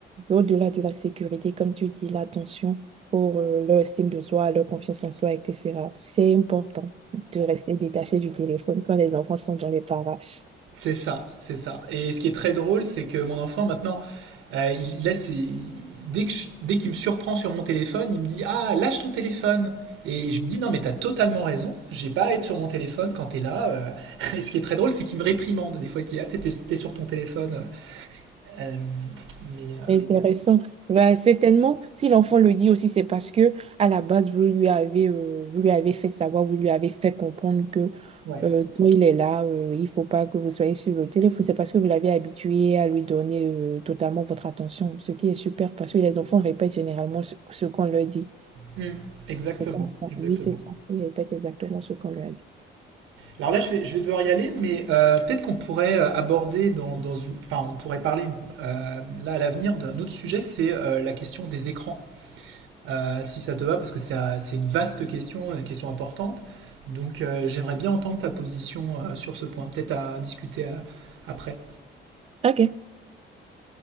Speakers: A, on the right; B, on the right.
A: au-delà de la sécurité, comme tu dis, l'attention pour euh, leur estime de soi, leur confiance en soi, etc. C'est important de rester détaché du téléphone quand les enfants sont dans les parages.
B: C'est ça, c'est ça. Et ce qui est très drôle, c'est que mon enfant, maintenant, euh, il, là, c'est, dès que je- dès qu'il me surprend sur mon téléphone, il me dit, Ah, lâche ton téléphone. Et je lui dis, Non, mais t'as totalement raison, j'ai pas à être sur mon téléphone quand t'es là. euh. <laughs> Et ce qui est très drôle, c'est qu'il me réprimande. Des fois, il dit, Ah, t'es, t'es- t'es sur ton téléphone. Euh, mais, euh,
A: Intéressant. Ben, certainement, si l'enfant le dit aussi, c'est parce que à la base, vous lui avez, euh, vous lui avez fait savoir, vous lui avez fait comprendre que
B: ouais.
A: euh, quand il est là, euh, il faut pas que vous soyez sur le téléphone. C'est parce que vous l'avez habitué à lui donner euh, totalement votre attention, ce qui est super parce que les enfants répètent généralement ce, ce qu'on leur dit.
B: Mm, exactement,
A: C'est comme ça.
B: exactement.
A: Oui, c'est ça. Ils répètent exactement ce qu'on leur a dit.
B: Alors là, je vais, je vais devoir y aller, mais euh, peut-être qu'on pourrait euh, aborder dans, dans une- enfin, on pourrait parler euh, là à l'avenir d'un autre sujet, c'est euh, la question des écrans. euh, si ça te va, parce que c'est euh, c'est une vaste question, une question importante. Donc euh, j'aimerais bien entendre ta position euh, sur ce point, peut-être à discuter euh, après.
A: OK.